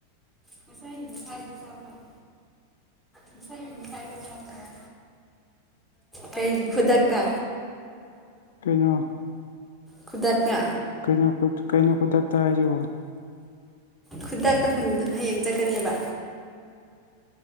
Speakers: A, in the centre; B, on the left.
A: ꯉꯁꯥꯏꯒꯤ ꯃꯤꯊꯥꯏꯗꯣ ꯆꯥꯕꯔꯣ ꯉꯁꯥꯥꯏꯒꯤ ꯃꯤꯊꯥꯏꯗꯣ ꯆꯥꯕꯔꯣ ꯀꯩꯒꯤ ꯈꯨꯗꯛꯇ
B: ꯀꯩꯅꯣ
A: ꯈꯨꯗꯛꯇ
B: ꯀꯩꯅꯣ ꯈꯨꯠ ꯀꯩꯅꯣ ꯈꯨꯗꯛꯇ ꯍꯥꯏꯁꯤꯕꯣ
A: ꯈꯨꯗꯛꯇ ꯈꯨꯟꯗ ꯍꯌꯦꯡ ꯆꯠꯀꯅꯦꯕ